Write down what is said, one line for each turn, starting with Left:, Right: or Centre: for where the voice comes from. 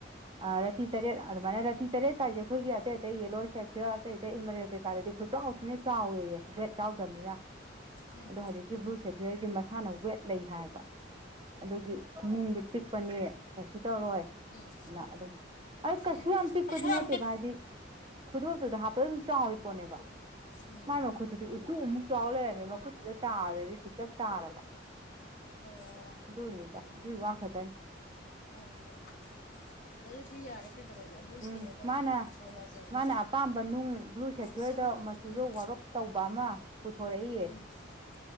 Right: ꯔꯥꯐꯤ ꯇꯔꯦꯠ ꯑꯗꯨꯃꯥꯏꯅ ꯔꯥꯐꯤ ꯇꯔꯦꯠ ꯀꯥꯏꯁꯦ ꯑꯩꯈꯣꯏꯒꯤ ꯑꯇꯩ ꯑꯇꯩ ꯌꯦꯜꯂꯣ ꯁꯦꯐꯤꯌꯔ ꯑꯇꯩ ꯑꯇꯩ ꯏꯃꯔꯦꯜ ꯀꯩꯀꯥꯗꯗꯤ ꯈꯨꯠꯆꯥꯎꯁꯤꯅ ꯆꯥꯎꯋꯦꯌꯦ ꯔꯦꯗ ꯆꯥꯎꯗꯝꯕꯅꯤ
Left: ꯎꯝ
Right: ꯑꯗꯣ ꯍꯧꯖꯤꯛꯀꯤ ꯕ꯭ꯂꯨ ꯁꯦꯐꯤꯌꯔꯒꯤ ꯃꯁꯥꯅ ꯋꯦꯠ ꯂꯩ ꯍꯥꯏꯕ ꯑꯗꯨꯒꯤ ꯅꯨꯡꯗꯨ ꯄꯤꯛꯄꯅꯦ ꯀꯩꯁꯨ ꯇꯧꯔꯣꯏ
Left: ꯎꯝ ꯎꯝ
Right: ꯑ ꯑꯗꯨ ꯑ ꯀꯁꯨꯛ
Left: ꯎꯝ
Right: ꯍꯥꯝ ꯄꯤ ꯍꯥꯛꯄꯗꯤ
Left: ꯀꯩꯁꯨ ꯌꯥꯝ
Right: ꯅꯠꯇꯦꯕ
Left: ꯄꯤꯛ
Right: ꯍꯥꯏꯗꯤ ꯈꯨꯗꯣꯞꯇꯨꯗ ꯍꯥꯞꯄꯗ ꯑꯗꯨꯝ ꯆꯥꯎꯔꯤ ꯄꯣꯠꯅꯦꯕ
Left: ꯎꯝ
Right: ꯃꯥꯏ ꯃꯈꯨꯠꯇꯨꯗꯤ ꯇꯨ ꯑꯃꯨꯛ ꯆꯥꯎ ꯂꯩꯔꯝꯃꯦ ꯃꯈꯨꯠꯇꯨꯗ ꯇꯥꯔꯗꯤ ꯄꯤꯇꯛ ꯇꯥꯔꯕ
Left: ꯑꯣ
Right: ꯑꯗꯨꯅꯤꯗꯥ ꯑꯗꯨ ꯋꯥ ꯈꯗꯅꯤ
Left: ꯑꯣ ꯑꯗꯨꯗꯤ ꯌꯥꯔꯦ ꯀꯩ ꯇꯧꯔꯗꯤ ꯑꯗꯨ
Right: ꯎꯝ
Left: ꯁꯤꯔꯒ
Right: ꯃꯥꯅ
Left: ꯌꯥꯖꯔꯅꯤ
Right: ꯃꯥꯅ ꯑꯄꯥꯝꯕ ꯅꯨꯡ ꯕ꯭ꯂꯨ ꯁꯦꯐꯤꯌꯔꯗ
Left: ꯏꯆꯦꯅ
Right: ꯃꯆꯨꯗ
Left: ꯎꯝ
Right: ꯋꯥꯔꯞ ꯇꯧꯕ ꯑꯃ ꯄꯨꯊꯣꯔꯛꯏꯌꯦ
Left: <unintelligible>